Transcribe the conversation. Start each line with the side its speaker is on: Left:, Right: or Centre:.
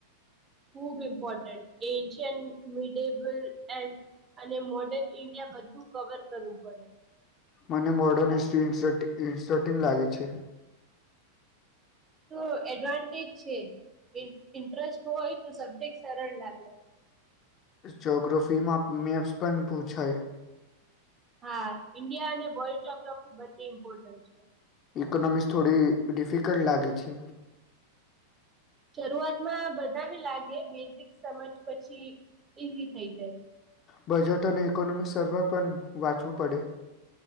Right: ખૂબ ઈમ્પોર્ટન્ટ એન્સિયન મિડેબલ એન્ડ અને મોર્ડર્ન ઇન્ડિયા બધું કવર કરવું પડે.
Left: મને મોડર્ન હિસ્ટ્રી ઇન્સર્ટ ઇન્સ્ટર્ટિંગ લાગે છે.
Right: તો એડવાન્ટેજ છે ઇન્ટ્રસ્ટ હોય તો સબ્જેક્ટ સરળ લાગે.
Left: જગ્રફી માં મેપ્સ પણ પૂછાય.
Right: હા ઇન્ડિયા અને વર્લ્ડ જગ્રાફી બંને ઇમ્પોર્ટન્ટ છે.
Left: ઇકોનોમિક્સ થોડી ડિફિકલ્ટ લાગે છે.
Right: શરૂઆતમાં બધાને લાગે બેઝિક સમજ પછી ઈઝી થઈ જાય.
Left: બજેટ અને ઇકોનોમિક સર્વે પણ વાંચવું પડે.